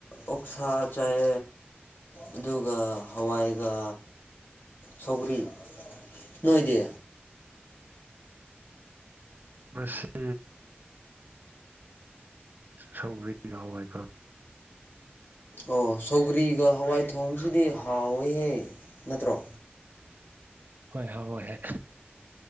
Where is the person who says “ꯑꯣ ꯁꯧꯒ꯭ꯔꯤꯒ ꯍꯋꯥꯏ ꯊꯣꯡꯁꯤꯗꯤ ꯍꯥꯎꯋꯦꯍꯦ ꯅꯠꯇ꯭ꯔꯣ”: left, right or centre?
Left